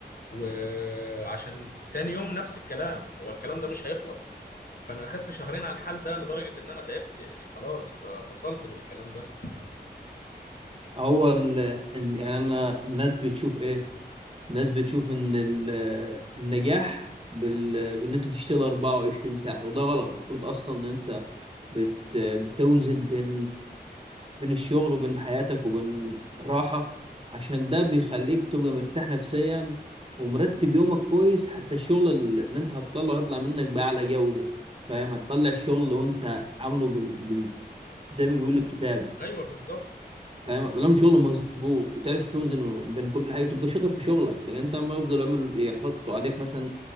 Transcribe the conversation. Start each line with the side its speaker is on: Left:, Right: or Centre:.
Left: وعشان تاني يوم نفس الكلام هو الكلام ده مش هيخلص فانا اخدت شهرين على الحال ده لدرجه ان انا تعبت يعني خلاص ف- فصلت من الكلام ده
Right: هو ال... إن- يعني انا الناس بتشوف ايه الناس بتشوف ان ال... النجاح بال... بان انت تشتغل 24 ساعه وده غلط المفروض اصلا ان انت بت... بتوزن بين بين الشغل وبين حياتك وبين راحة عشان ده بيخليك تبقى مرتاح نفسيا ومرتب يومك كويس حتى الشغل اللي انت هتطلعه هيطلع منك بأعلى جودة فاهم هتطلع الشغل وانت عامله بال... بال... زي ما بيقول الكتاب
Left: ايوه بالظبط
Right: فاهم طالما شغل مظبوط وتعرف توزنه بين كل حاجة وتبقى شاطر في شغلك لكن انت ما يفضل يعمل يحطوا عليك مثلا